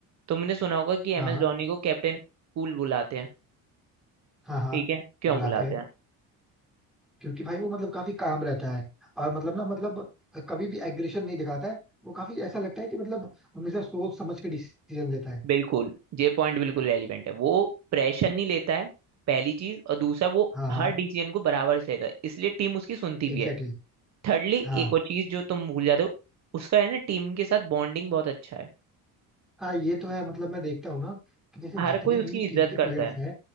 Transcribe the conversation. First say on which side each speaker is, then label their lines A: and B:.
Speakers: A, on the right (about 45°); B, in the centre.
A: तुमने सुना होगा कि एम
B: हाँ
A: एस धोनी को कैप्टन कूल बुलाते हैं
B: हाँ हाँ
A: ठीक है क्यों
B: बुलाते
A: बुलाते
B: हैं
A: हैं
B: क्योंकि भाई वो मतलब काफी काम रहता है और मतलब ना मतलब कभी भी एग्रेशन नहीं दिखाता है वो काफी ऐसा लगता है कि मतलब हमेशा सोच समझ के डिसीजन लेता है
A: बिल्कुल ये पॉइंट बिल्कुल रेलिवेंट है वो प्रेशर नहीं लेता है पहली चीज और दूसरा वो
B: हाँ
A: हर
B: हाँ
A: डिसीजन को बराबर से लेता है इसलिए टीम उसकी सुनती भी
B: Exactly
A: है
B: exactly.
A: थर्डली
B: हाँ
A: एक और चीज जो तुम भूल जाते हो उसका है ना टीम के साथ बॉन्डिंग बहुत अच्छा है
B: हाँ ये तो है मतलब मैं देखता हूँ ना कि जैसे
A: हर
B: जितने
A: कोई
B: भी
A: उसकी इज्जत
B: टीम के प्लेयर्स
A: करता है
B: हैं